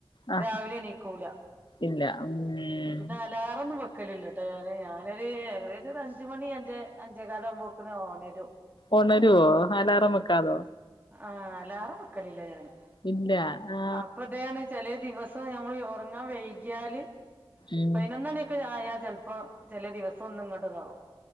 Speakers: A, on the left (about 60°); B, on the right (about 20°).
A: ആ
B: രാവിലെണീക്കൂല
A: ഇല്ല ഉം
B: പിന്നെ ലാറൊന്നും വെക്കലില്ലാ ട്ടോ ഞാന്. ഞാനൊരു ഏകദേശം ഒരു അഞ്ച് മണി അഞ്ച് അഞ്ചേകാലാവുമ്പോ പ്പ്ന് ഒണരും
A: ഒണരുവോ? അലാറം വെക്കാതോ?
B: ആ അലാറം വെക്കലില്ല ഞാന്.
A: ഇല്ല ആ
B: അപ്പ ദേ ആണ് ചെലേ ദിവസം ഞമ്മള് ഈ ഒറങ്ങാൻ വൈകിയാല്
A: ഉം
B: പതിനൊന്നണി ക്കെ ആയ ചെലപ്പോ ചെലേ ദിവസം ഒന്നുങ്ങട് ഇതാവും.